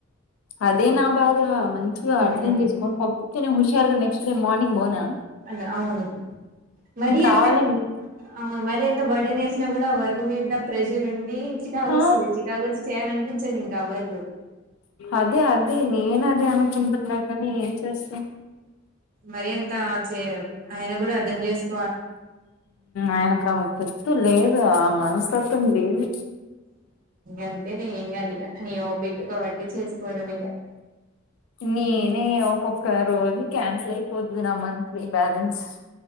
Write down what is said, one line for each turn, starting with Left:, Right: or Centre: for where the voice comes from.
Left: అదే నా బాధ మంచిగా
Right: ఉమ్
Left: అర్థం చేసుకోని పంపించే నేను హుషారుగా నెక్స్ట్ డే మార్నింగ్ బనా
Right: అద అవును మరి
Left: కావాలని
Right: ఎంత అవును మరి ఎంత బడి నేసినా కూడా వర్గ మీద ప్రెజురుండి చికాగ
Left: ఆ
Right: వస్తుంది చికాగ వచ్చి చేయాలనిపించది ఇంకా వరకు
Left: అదే అద నేను అదే అనుకుంటున్నా కానీ ఏం చేస్తా
Right: మరి అంత చే ఆయన కూడా అర్ం చేస్తారు
Left: ఆయనకు తతు లేదు మనస్తత్వం లేదు
Right: అంతే న ఏమి అదిగా అని ఓపికతో బట్టి చేసుకోవడమేగా
Left: నేనే ఒక్కక్క రోజు క్యాన్స్ ఐపోది నా మంత్లీ బాలన్స్